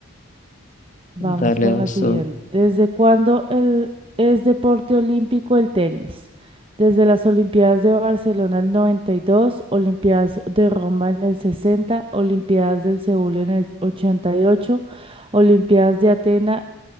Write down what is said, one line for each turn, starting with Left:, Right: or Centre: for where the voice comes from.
Right: vamos
Left: Dale,
Right: con
Left: vas
Right: la siguiente.
Left: tú.
Right: ¿Desde cuándo el, es deporte olímpico el tenis? Desde las Olimpiadas de Barcelona el 92, Olimpiadas de Roma en el 60, Olimpiadas del Seúl en el 88. Olimpiadas de Atenas